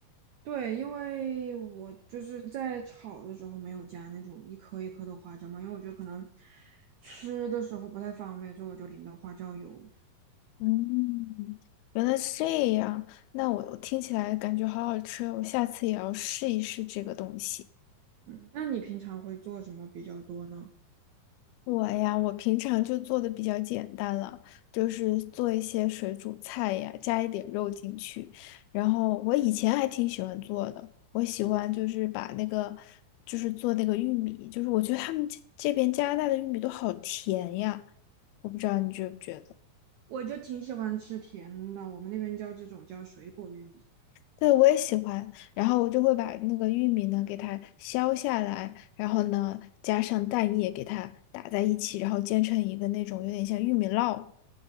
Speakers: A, on the right; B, on the left.
A: 对，因为我就是在炒的时候没有加那种一颗一颗的花椒嘛，因为我觉得可能吃的时候不太方便，所以我就淋的花椒油。
B: 嗯，原来是这样。那我听起来感觉好好吃哦我下次也要试一试这个东西。
A: 嗯，那你平常会做什么比较多呢？
B: 我呀，我平常就做的比较简单了，就是做一些水煮菜呀，加一点肉进去。然后我以前还挺喜欢做的，我喜欢就是把那个，就是做那个玉米，就是我觉得他们这这边加拿大的玉米都好甜呀，我不知道你觉不觉得。
A: 我就挺喜欢吃甜的，我们那边叫这种叫水果玉米，
B: 对，我也喜欢。然后我就会把那个玉米呢给它削下来，然后呢加上蛋液给它打在一起，然后煎成一个那种有点像玉米烙，